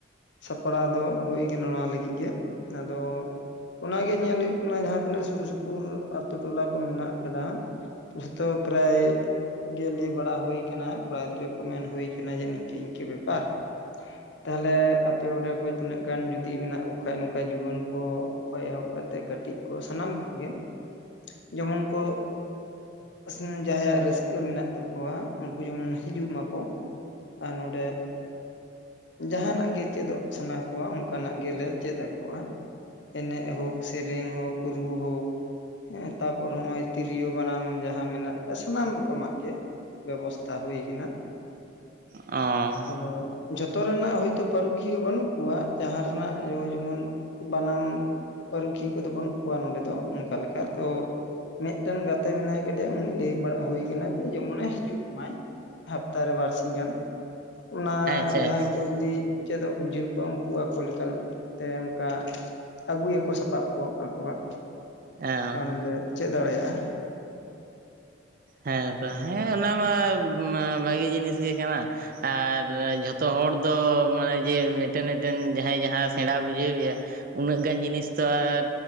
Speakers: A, on the left; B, on the right.
A: ᱥᱟᱯᱲᱟᱣ ᱫᱚ ᱦᱩᱭ ᱠᱟᱱᱟ ᱚᱱᱟ ᱞᱟᱹᱜᱤᱫ ᱜᱮ᱾ ᱟᱫᱚ ᱚᱱᱟ ᱜᱮ ᱧᱮᱞ ᱦᱩᱭᱩᱜ ᱠᱟᱱᱟ ᱡᱟᱦᱟᱸ ᱛᱤᱱᱟᱹᱜ ᱥᱩᱨ ᱥᱩᱯᱩᱨ ᱟᱛᱳ ᱴᱚᱞᱟ ᱠᱚ ᱢᱮᱱᱟᱜ ᱠᱟᱫᱟ᱾ ᱡᱷᱚᱛᱚ ᱯᱨᱟᱭ ᱜᱮ ᱞᱟᱹᱭ ᱵᱟᱲᱟ ᱦᱩᱭ ᱠᱟᱱᱟ᱾ ᱠᱚᱲᱟ ᱜᱤᱫᱽᱨᱟᱹ ᱠᱚ ᱢᱮᱱ ᱦᱩᱭ ᱠᱟᱱᱟ ᱡᱮ ᱱᱤᱝᱠᱟᱹ ᱤᱱᱠᱟᱹ ᱵᱮᱯᱟᱨ᱾ ᱛᱟᱦᱚᱞᱮ ᱟᱯᱮ ᱚᱸᱰᱮ ᱠᱷᱚᱡ ᱛᱤᱱᱟᱹᱜ ᱜᱟᱱ ᱡᱩᱫᱤ ᱢᱮᱱᱟᱜ ᱠᱚ ᱠᱷᱟᱡ ᱱᱚᱝᱠᱟ ᱡᱩᱣᱟᱹᱱ ᱠᱚ᱾ ᱠᱷᱚᱡ ᱮᱦᱚᱵ ᱠᱟᱛᱮᱫ ᱠᱟᱹᱴᱤᱡ ᱠᱚ ᱥᱟᱱᱟᱢ ᱠᱚᱜᱮ ᱡᱮᱢᱚᱱ ᱠᱚ <unintelligible> ᱡᱟᱦᱟᱸᱭᱟᱜ ᱨᱟᱹᱥᱠᱟᱹ ᱢᱮᱱᱟᱜ ᱛᱟᱠᱚᱣᱟ᱾ ᱠᱚᱣᱟ ᱩᱱᱠᱩ ᱡᱮᱢᱚᱱ ᱦᱤᱡᱩᱜ ᱢᱟᱠᱚ ᱟᱨ ᱱᱚᱸᱰᱮ ᱡᱟᱦᱟᱸᱱᱟᱜ ᱜᱮ ᱪᱮᱫᱚᱜ ᱥᱟᱱᱟ ᱠᱚᱣᱟ, ᱚᱱᱠᱟᱱᱟᱜ ᱜᱮᱞᱮ ᱪᱮᱫ ᱟᱠᱚᱣᱟ᱾ ᱮᱱᱮᱡ ᱦᱳᱠ, ᱥᱮᱨᱮᱧ ᱦᱳᱠ, ᱨᱩ ᱦᱳᱠ, ᱦᱮᱸ ᱛᱟᱯᱚᱨ ᱱᱚᱜ-ᱚᱭ ᱛᱤᱨᱭᱳ ᱵᱟᱱᱟᱢ ᱡᱟᱦᱟᱸ ᱢᱮᱱᱟᱜ ᱟᱠᱟᱫ ᱥᱟᱱᱟᱢ ᱨᱚᱠᱚᱢᱟᱜ ᱜᱮ᱾ ᱵᱮᱵᱚᱥᱛᱟ ᱦᱩᱭ ᱠᱟᱱᱟ᱾
B: ᱚᱸ
A: ᱟᱫᱚ ᱡᱷᱚᱛᱚ ᱨᱮᱱᱟᱜ ᱦᱚᱳᱛᱳ ᱯᱟᱹᱨᱩᱠᱷᱤᱭᱟᱹ ᱵᱟᱹᱱᱩᱜ ᱠᱚᱣᱟ᱾ ᱡᱟᱦᱟᱸ ᱨᱮᱱᱟᱜ ᱱᱚᱣᱟ ᱡᱮᱢᱚᱱ ᱵᱟᱱᱟᱢ ᱯᱟᱹᱨᱩᱠᱷᱤᱭᱟᱹ ᱠᱚᱫᱚ ᱵᱟᱹᱱᱩᱜ ᱠᱚᱣᱟ ᱱᱚᱸᱰᱮ ᱫᱚ ᱚᱱᱠᱟ ᱞᱮᱠᱟ ᱛᱚ᱾ ᱢᱤᱫᱴᱮᱱ ᱜᱟᱛᱮ ᱢᱮᱱᱟᱭ ᱠᱮᱫᱮᱭᱟ ᱩᱱᱤ ᱞᱟᱹᱭ ᱵᱟᱲᱟ ᱦᱩᱭ ᱠᱟᱱᱟ ᱡᱮ ᱡᱮᱢᱚᱱᱮ ᱦᱤᱡᱩᱜ ᱢᱟᱭ ᱦᱟᱯᱛᱟᱨᱮ ᱵᱟᱨ ᱥᱤᱧ ᱜᱟᱱ᱾ ᱚᱱᱟ
B: ᱟᱪᱪᱷᱟ
A: ᱡᱟᱦᱟᱸᱭ
B: ᱟᱪᱪᱷᱟ
A: ᱠᱚ ᱡᱩᱫᱤ ᱪᱮᱫᱚᱜ ᱵᱩᱡᱷᱟᱹᱣ ᱠᱚᱣᱟ ᱩᱱᱠᱩ ᱟᱠᱚ ᱞᱮᱠᱟ ᱛᱮ ᱚᱱᱠᱟ ᱟᱹᱜᱩᱭᱟᱠᱚ ᱥᱟᱯᱟᱵ ᱠᱚ ᱟᱠᱚᱣᱟᱜ
B: ᱚ
A: ᱟᱨ ᱱᱚᱸᱰᱮ ᱪᱮᱫ ᱫᱟᱲᱮᱭᱟᱜ-ᱟ᱾
B: ᱦᱮᱸ ᱛᱚ ᱦᱮᱸ ᱚᱱᱟᱢᱟ ᱵᱷᱟᱹᱜᱤ ᱡᱤᱱᱤᱥ ᱜᱮ ᱠᱟᱱᱟ᱾ ᱟᱨ ᱡᱷᱚᱛᱚ ᱦᱚᱲ ᱫᱚ ᱢᱟᱱᱮ ᱡᱮ ᱢᱤᱫᱴᱮᱱ ᱢᱤᱫᱴᱮᱱ ᱡᱟᱦᱟᱸᱭ ᱡᱟᱦᱟᱸ ᱥᱮᱬᱟ ᱵᱩᱡᱷᱟᱹᱣᱮᱭᱟ᱾ ᱩᱱᱟᱹᱜ ᱜᱟᱱ ᱡᱤᱱᱤᱥ ᱛᱚ ᱟᱨ